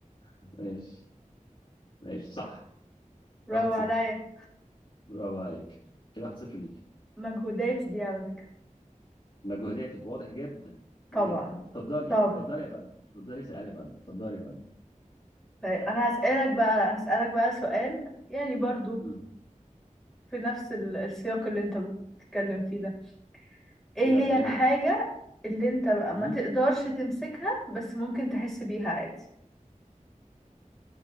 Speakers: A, on the left; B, in the centre.
A: ماشي ماشي صح واحد
B: برافو
A: صفر
B: عليا
A: برافو عليك كده واحد صفر ليك
B: مجهوداتي دي على فكرة
A: مجهوداتك واضح جدا
B: طبعا
A: جدا اتفضلي
B: طبعا
A: اتفضلي يا فندم اتفضلي اسألي يا فندم اتفضلي يا فندم
B: طيب انا هسألك بقى هسألك بقى سؤال يعني برضو
A: مم.
B: في نفس ال- السياق اللي انت بتتكلم فيه ده ايه
A: يلا
B: هي
A: ودي
B: الحاجة اللي انت بقى
A: مم.
B: ما تقدرش تمسكها بس ممكن تحس بيها عادي